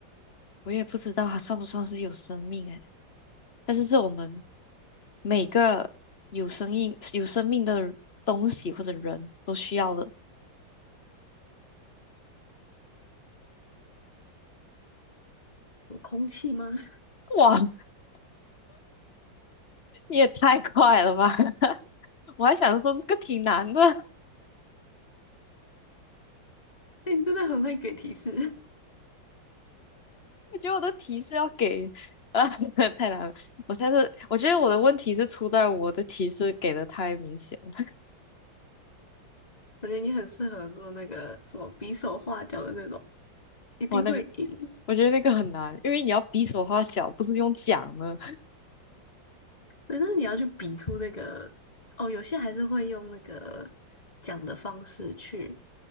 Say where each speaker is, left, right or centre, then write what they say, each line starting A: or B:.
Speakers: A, on the left; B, on the left.
A: 我也不知道它算不算是有生命诶，但是是我们每个有生命有生命的东西或者人都需要的。
B: 有空气吗？<laughs>
A: 哇，<laughs> 你也太快了吧！<laughs> 我还想说这个挺难的。
B: 哎、你真的很会给提示，
A: 我觉得我的提示要给啊，<laughs> 太难了。我猜是，我觉得我的问题是出在我的提示给的太明显了。
B: <laughs> 我觉得你很适合做那个什么比手画脚的那种，一定会赢。
A: 哇，那个，我觉得那个很难，因为你要比手画脚，不是用讲的，<laughs>
B: 对，但是你要去比出那个，哦，有些还是会用那个讲的方式去